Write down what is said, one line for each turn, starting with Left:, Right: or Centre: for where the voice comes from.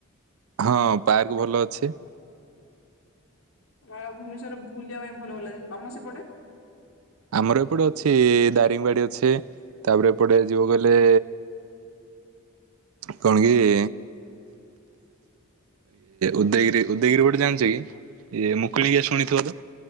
Right: ହଁ ପାର୍କବି ଭଲ ଅଛି।
Left: ଅ ଭୁବନେଶ୍ୱର ବୁଲିବା ପାଇଁ ଭଲ ଭଲ ଲାଗେ ତମ ସେପଟେ?
Right: ଆମର ଏପଟେ ଅଛି ଦାରିଙ୍ଗିବାଡ଼ି ଅଛି ତାପରେ ଏପଟେ ଯିବାକୁ ଗଲେ କଣକି ଇଏ ଉଦୟଗିରି ଉଦୟଗିରି ଗୋଟେ ଜାଣିଚକି ଇଏ ମୁକୁଣିକି ଶୁଣିଥିବତ?